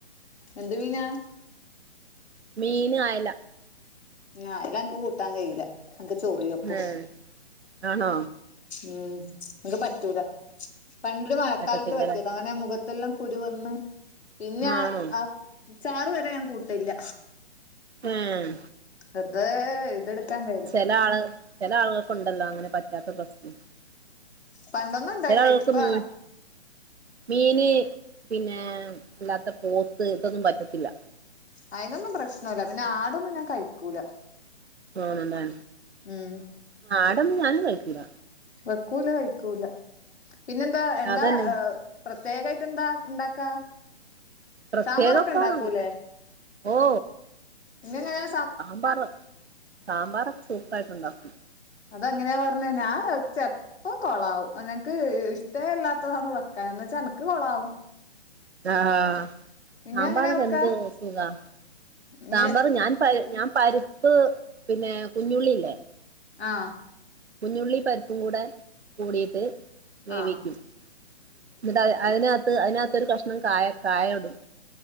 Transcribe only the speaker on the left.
എന്ത് മീനാ
ആ അയല എനിക്ക് കൂട്ടാൻ കഴിയൂല്ല എനിക്ക് ചൊറിയുഅപ്പം
ഉം എനക്ക് പറ്റൂല പണ്ട് മഴക്കാലത്ത്
പറ്റിതഅങ്ങനെ മുഖ അതല്ലാം കുരുവന്ന് പിന്നെ ആ
അച്ചാറ് വരെ ഞാൻകൂട്ടില്ല
അതെ ഇതെടുക്കാൻ കഴില്ലാ
പണ്ടൊന്നും ഉണ്ടായിട്ടേ
ഇപ്പാണ്
അതിനൊന്നും പ്രശ്നല്ല പിന്നെ ആടൊന്നും ഞാൻകഴിക്കൂല
ഉം
വെക്കൂല കയ്ക്കൂല പിന്നെന്താ എന്താ
പ്രത്യേകയിട്ട് എന്താ ഇണ്ടാക്കാ
സാമ്പാറൊക്കെ ഇണ്ടാക്കൂലേ
നിങ്ങക്കങ്ങന
അതങ്ങനെയാ പറഞ്ഞെ ഞാ ഇപ്പൊ കൊളാവും അന്നക്ക് ഇഷ്ടേ ല്ലാത്തതാന്ന് വെക്കാ എന്ന് വെച്ചാ എനക്ക് കൊളാവും
നിങ്ങ
എങ്ങനെയാ വെക്കാ
നീ
ആഹ്
ആഹ്